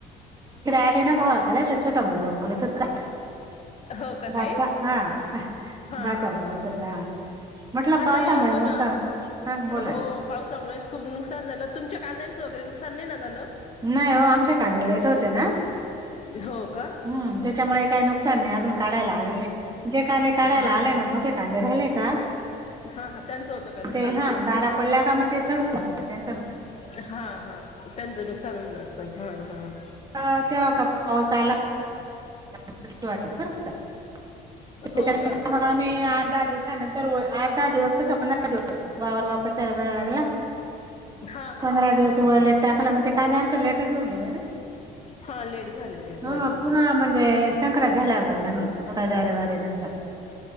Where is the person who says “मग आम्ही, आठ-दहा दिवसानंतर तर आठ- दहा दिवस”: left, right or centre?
Right